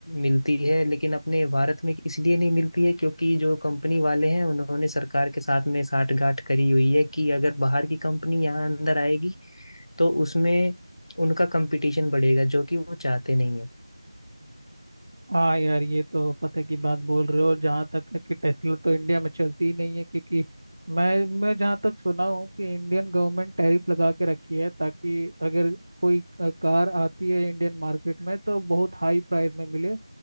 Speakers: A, on the left (about 65°); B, on the right (about 30°).
A: मिलती है लेकिन अपने भारत में इसलिए नहीं मिलती है क्योंकि जो कंपनी वाले हैं उन्होंने सरकार के साथ में साठगांठ करी हुई है कि अगर बाहर की कंपनी यहाँ अंदर आएगी तो उसमें उनका कंपटीशन बढ़ेगा जो कि वो चाहते नहीं है
B: हाँ यार ये तो पते की बात बोल रहे हो जहाँ तक है कि टेस्ला तो इंडिया में चलती ही नहीं है क्योंकि मैं मैं जहाँ तक सुना हूँ कि इंडियन गवर्नमेंट टैरिफ लगा के रखी है ताकि अगर कोई अ, कार आती है इंडियन मार्केट में तो बहुत हाई प्राइस में मिले